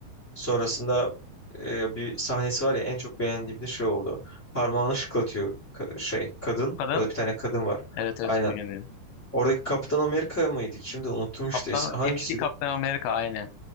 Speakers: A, on the left (about 20°); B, on the left (about 80°).
A: Sonrasında e, bir sahnesi var ya en çok beğendiğim de şey oldu. Parmağını şıklatıyor ka- şey kadın.
B: Kadın
A: Orada bir tane kadın var.
B: evet evet
A: Aynen.
B: biliyorum.
A: Oradaki Kaptan Amerika mıydı? Kimdi? Unuttum
B: Kaptan
A: işte. Hangisiydi?
B: eski Kaptan Amerika aynen.